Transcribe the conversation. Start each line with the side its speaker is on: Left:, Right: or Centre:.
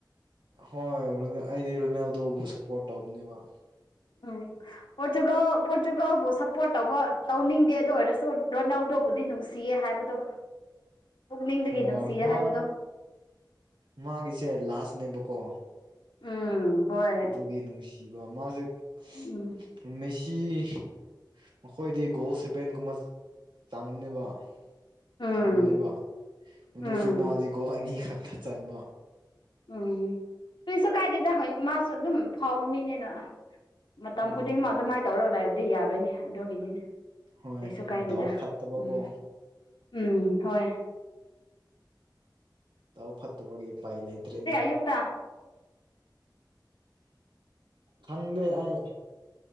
Right: ꯍꯣꯏ ꯔꯣꯅ ꯑꯩꯗꯤ ꯔꯣꯅꯦꯜꯗꯣꯕꯨ ꯁꯞꯄꯣꯔꯠ ꯇꯧꯕꯅꯦꯕ
Left: ꯑꯝ ꯄꯣꯔꯇꯨꯒꯜ ꯄꯣꯔꯆꯨꯒꯜꯕꯨ ꯁꯞꯄꯣꯔꯠ ꯇꯧꯕ ꯇꯧꯅꯤꯡꯗꯦ ꯑꯗꯨ ꯑꯣꯏꯔꯁꯨ ꯔꯣꯅꯥꯜꯗꯣꯕꯨꯗꯤ ꯅꯨꯡꯁꯤꯌꯦ ꯍꯥꯏꯕꯗꯣ ꯄꯨꯛꯅꯤꯡꯗꯒꯤ
Right: ꯍꯣꯏ
Left: ꯅꯨꯡꯁꯤꯌꯦ
Right: ꯃꯥ
Left: ꯍꯥꯏꯕꯗꯣ
Right: ꯃꯥꯒꯤꯁꯦ ꯂꯥꯁꯅꯦꯕꯀꯣ
Left: ꯎꯝ ꯍꯣꯏ
Right: ꯑꯗꯨꯒꯤ ꯅꯨꯡꯁ ꯁꯤꯕ ꯃꯥꯖꯦ
Left: ꯎꯝ
Right: ꯃꯦꯁꯤ ꯃꯈꯣꯏꯗꯤ ꯒꯣꯜ ꯁꯦꯚꯦꯟꯒꯨꯝꯕ ꯆꯪꯕꯅꯦꯕ
Left: ꯎꯝ
Right: ꯆꯟꯕꯅꯦꯕ ꯃꯗꯨꯁꯨ
Left: ꯎꯝ
Right: ꯃꯥꯗꯤ ꯒꯣꯜ ꯑꯅꯤ ꯈꯛꯇ ꯆꯟꯕ
Left: ꯎꯝ ꯀ꯭ꯔꯤꯁꯨ ꯀꯥꯏꯗꯦꯗ ꯍꯣꯏ ꯃꯥꯁꯨ ꯑꯗꯨꯝ ꯐꯥꯎꯕ ꯃꯤꯅꯦꯅ ꯃꯇꯝ
Right: ꯎꯝ
Left: ꯈꯨꯗꯤꯡꯃꯛ ꯑꯗꯨꯃꯥꯏꯅ ꯇꯧꯔꯒ ꯂꯩꯔꯗꯤ ꯌꯥꯔꯣꯏꯅꯦ ꯑꯗꯨꯒꯤꯅꯤꯅꯦ
Right: ꯍꯣꯏ
Left: ꯀꯩꯁꯨ ꯀꯥꯏꯗꯦꯗ
Right: ꯗꯥꯎ ꯐꯠꯇꯕꯀꯣ
Left: ꯎꯝ ꯎꯝ ꯍꯣꯏ
Right: ꯇꯥꯎ ꯐꯠꯇꯕꯒꯤ ꯎꯄꯥꯏ ꯂꯩꯇ꯭ꯔꯦꯅꯦ
Left: ꯌꯨꯛꯇ
Right: ꯈꯪꯗꯦ ꯑꯩ